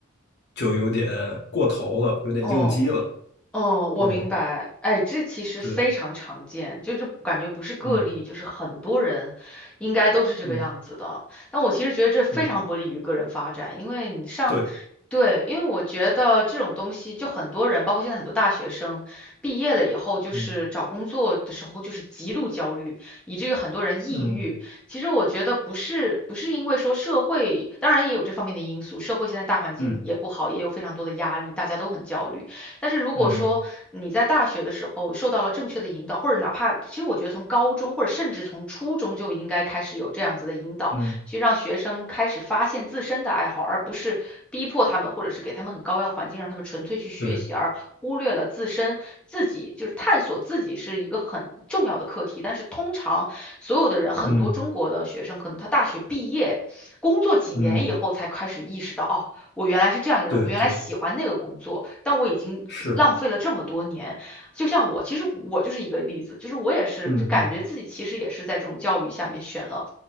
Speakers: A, on the left (about 55°); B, in the centre.
A: 就有点过头了，有点应激了
B: 哦，哦，我明白。
A: 这种。
B: 哎，这其实非常常见，
A: 对，
B: 就是感觉不是个例，
A: 嗯
B: 就是很多人应该都是这个样子的。
A: 嗯
B: 但我其实觉得这非常不利于个人发展，
A: 嗯，
B: 因为你上，
A: 对，
B: 对，因为我觉得这种东西，就很多人，包括现在很多大学生毕业了以后，就是找工作的时候就是极度焦虑，
A: 嗯
B: 以至于很多人抑郁。
A: 嗯
B: 其实我觉得不是不是因为说社会，当然也有这方面的因素，社会现在大环境也不好，
A: 嗯
B: 也有非常多的压力，大家都很焦虑。但是如果说你在大学的时候受到了正确的引导，
A: 嗯
B: 或者哪怕其实我觉得从高中或者甚至从初中就应该开始有这样子的引导，
A: 嗯，
B: 去让学生开始发现自身的爱好，而不是逼迫他们，或者是给他们很高压的环境，让他们纯粹去学习，
A: 对，
B: 而忽略了自身自己就是探索自己是一个很重要的课题。但是通常所有的人，很多中国的学生，
A: 嗯
B: 可能他大学毕业工作几年以后才开始意识到，
A: 嗯
B: 哦，我原来是这样一个人，
A: 对对
B: 我原来喜欢那个工作，但我已经浪费了这么多年。
A: 是，
B: 就像我，其实我就是一个例子，就是我也是，
A: 嗯嗯
B: 就感觉自己其实也是在这种教育下面选了，